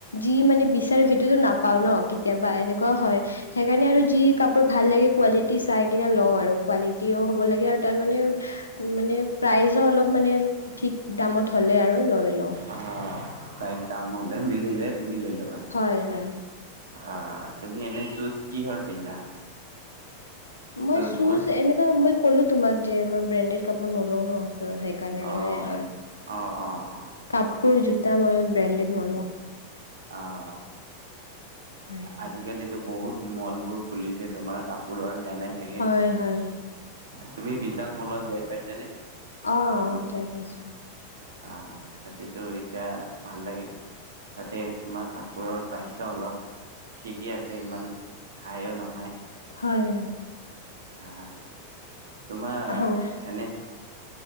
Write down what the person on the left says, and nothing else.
যি মানে বিচাৰো সেইটোতো নাপাওঁ ন। কেতিয়াবা এনেকুৱা হয় সেইকাৰণে
আৰু যি কাপোৰ ভাল লাগে কোৱালিটি চাই কিনে লওঁ আৰু কোৱালিটিও হ'ব লাগে আৰু তাৰ মানে- মানে প্ৰাইজো অলপ মানে ঠিক দামত হ'লে আৰু লৈ লওঁ।
হয় হয়।
মই
চুজ এনেকা মই ক'লো তোমাক যে মই ব্ৰেণ্ডেড কাপোৰ নলওঁ ন চ সেনেকা- কাৰণে
মই অঁ
কাপোৰ জোতা মই ব্ৰেণ্ডেড নলওঁ।
হয়।
হয় হয়।
অঁ' যাই পাইছো।
হয় হয়।
হয়